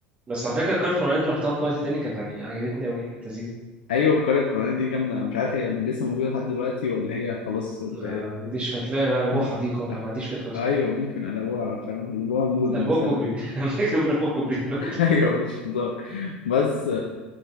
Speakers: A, on the right (about 25°); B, on the left (about 70°).
A: بس على فكرة القارة الفرعونية دي رحتها في وقت تاني كانت عج- عجبتني أوي يعني كانت لذيذة
B: ايوه القرية الفلانية دي جامدة انا مش عارف هي لسه موجودة لحد دلوقتي ولا هي خلاص انت
A: ما عنديش هتلاقي قلبوها
B: <laughs>
A: حديقة ولا ما عنديش فكرة بصراحة
B: ايوه ممكن قلبوها فاهم قلبوها مود
A: قلبوها
B: مثلا
A: كوبري <laughs> فاكر من قلبوها كوبري دلوقتي
B: <laughs> ايوه مش هزار بس